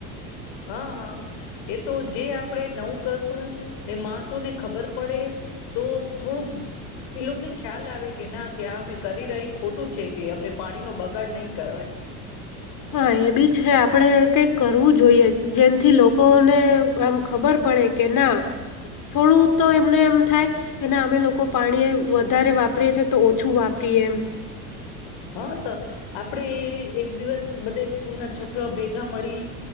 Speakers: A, on the left; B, on the left.
A: હં હં એ તો જે આપણે નવું કર સુ ને માણસો ને ખબર પડે, તો થોડુંક ઈ લોકને ખ્યાલ આવે કે, ના કે આ અમે કરી રહી ખોટું છે કે, અમને પાણી નો બગાડ નહી કરવાય
B: હા! એ બી છે. આપડે કંઈક કરવું જોઈએ, જેનથી લોકોને આમ ખબર પડે કે ના થોડું તો, એમને એમ થાય એના અમે લોકો પાણી વધારે વાપરીએ છીએ તો ઓછું વાપરીએ એમ
A: હા તો આપડે અ એક દિવસ બધે સ્કૂલ ના છોકરા ભેગા મળી